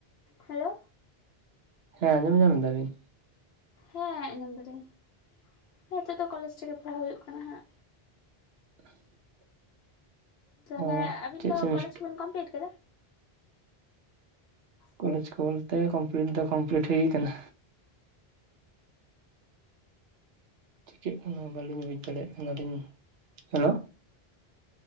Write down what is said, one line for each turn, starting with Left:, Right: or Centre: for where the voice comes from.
Left: ᱦᱮᱞᱳ
Right: ᱦᱮᱸ ᱟᱸᱡᱚᱢ ᱧᱟᱢ ᱮᱫᱟ ᱵᱤᱱ?
Left: ᱦᱮᱸ ᱟᱸᱡᱚᱢ ᱫᱟᱞᱤᱧ ᱱᱤᱛᱚᱜ ᱫᱚ ᱠᱚᱞᱮᱡᱽ ᱨᱮᱜᱮ ᱯᱟᱲᱦᱟᱣ ᱦᱩᱭᱩᱜ ᱠᱟᱱᱟ ᱦᱟᱸᱜ
Right: <inaudible>
Left: ᱛᱟᱦᱚᱞᱮ
Right: ᱚ
Left: ᱟᱵᱤᱱ
Right: ᱪᱮᱫ
Left: ᱫᱚ
Right: ᱥᱮᱢᱤᱥᱴᱟᱨ
Left: ᱠᱚᱞᱮᱡᱽ ᱠᱚᱵᱤᱱ ᱠᱚᱢᱯᱤᱞᱤᱴ ᱠᱟᱫᱟ ᱥᱮ
Right: ᱠᱚᱞᱮᱡᱽ ᱠᱚ ᱵᱚᱞᱛᱮ ᱠᱚᱢᱯᱞᱤᱴ ᱫᱚ ᱠᱚᱢᱯᱞᱤᱴ ᱦᱩᱭ ᱠᱟᱱᱟ ᱪᱤᱠᱟᱹᱜ ᱠᱟᱱᱟ ᱵᱟᱹᱞᱤᱧ ᱵᱩᱡᱽ ᱫᱟᱲᱮᱭᱟᱜ ᱠᱟᱱᱟᱞᱤᱧ ᱦᱮᱞᱳ